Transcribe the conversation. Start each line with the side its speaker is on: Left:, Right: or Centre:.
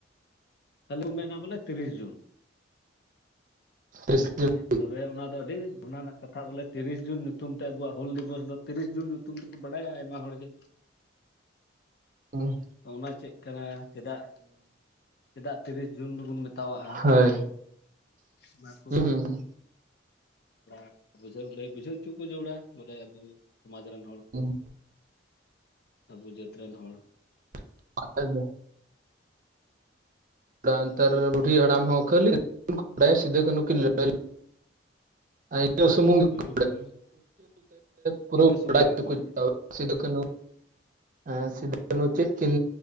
Left: ᱟᱞᱩᱢ ᱢᱮᱱᱟ ᱵᱚᱞᱮ ᱛᱤᱨᱤᱥ ᱡᱩᱱ
Right: ᱦᱩᱸ
Left: ᱦᱳᱭ ᱛᱚᱵᱮ ᱚᱱᱟ ᱫᱚ ᱟᱹᱰᱤ ᱚᱱᱟ ᱨᱮᱱᱟᱜ ᱠᱟᱛᱷᱟ ᱵᱚᱞᱮ ᱛᱤᱨᱤᱥ ᱡᱩᱱ ᱧᱩᱛᱩᱢ ᱛᱮ ᱟᱵᱩᱣᱟᱜ ᱦᱩᱞ ᱫᱤᱵᱚᱥ ᱫᱚ ᱛᱤᱨᱤᱥ ᱡᱩᱱ ᱧᱩᱛᱩᱢ ᱛᱮᱠᱚ ᱵᱟᱲᱟᱭᱟ ᱟᱭᱢᱟ ᱦᱚᱲ ᱜᱮ
Right: ᱦᱮᱸ
Left: ᱚᱱᱟ ᱪᱮᱫ ᱠᱟᱱᱟ ᱪᱮᱫᱟᱜᱼ ᱪᱮᱫᱟᱜ ᱛᱤᱨᱤᱥ ᱡᱩᱱ ᱫᱚᱵᱚᱱ ᱢᱮᱛᱟᱣᱟᱜᱼᱟ
Right: ᱦᱳᱭ
Left: ᱚᱱᱟ ᱠᱚ
Right: ᱦᱩᱸ ᱦᱩᱸ
Left: ᱛᱷᱚᱲᱟ ᱵᱩᱡᱷᱟᱹᱣ ᱞᱟᱹᱭ ᱵᱩᱡᱷᱟᱹᱣ ᱦᱚᱪᱚ ᱠᱚ ᱡᱟᱹᱨᱩᱲᱟ ᱵᱚᱞᱮ ᱟᱵᱚ ᱥᱚᱢᱟᱡᱽ ᱨᱮᱱ ᱦᱚᱲ
Right: ᱦᱩᱸ
Left: ᱠᱚ ᱟᱵᱚ ᱡᱟᱹᱛ ᱨᱮᱱ ᱦᱚᱲ
Right: <unintelligible> <unintelligible> ᱱᱮᱛᱟᱨ ᱵᱩᱰᱷᱤ ᱦᱟᱲᱟᱢ ᱦᱚᱸ ᱠᱷᱟᱹᱞᱤ ᱵᱟᱰᱟᱭᱟ ᱥᱤᱫᱩᱼ ᱠᱟᱹᱱᱦᱩ ᱠᱤᱱ ᱞᱟᱹᱲᱟᱹᱭ <unintelligible> ᱟ ᱼᱤᱱᱟ ᱥᱩᱢᱩᱝ ᱜᱮ <unintelligible>
Left: ᱦᱩᱸ ᱦᱩᱸ
Right: ᱯᱩᱨᱟᱹ
Left: ᱤᱱᱟᱹ ᱥᱩᱢᱩᱝ
Right: ᱵᱟᱰᱟᱭ
Left: ᱜᱮᱠᱚ
Right: ᱦᱚᱪᱚ ᱠᱚ
Left: ᱵᱟᱲᱟᱭᱟ
Right: ᱡᱟᱹᱨᱩᱲᱟ ᱥᱤᱫᱩ ᱠᱟᱱᱦᱩ ᱮ ᱥᱤᱫᱩ ᱠᱟᱱᱦᱩ ᱪᱮᱫ ᱠᱤᱱ